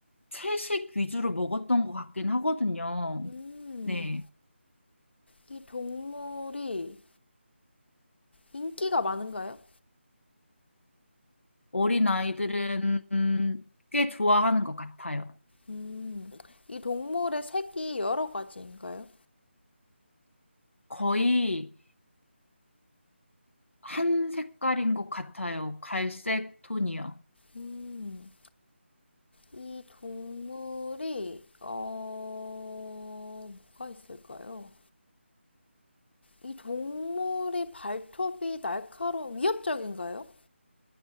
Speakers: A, on the left; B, on the left.
A: 채식 위주로 먹었던 것 같긴 하거든요.
B: 음.
A: 네.
B: 이 동물이 인기가 많은가요?
A: 어린 아이들은 음, 꽤 좋아하는 것 같아요.
B: 음, 이 동물의 색이 여러 가지인가요?
A: 거의 한 색깔인 것 같아요. 갈색 톤이요.
B: 음, 이 동물이, 어, 뭐가 있을까요? 이 동물이 발톱이 날카로운, 위협적인가요?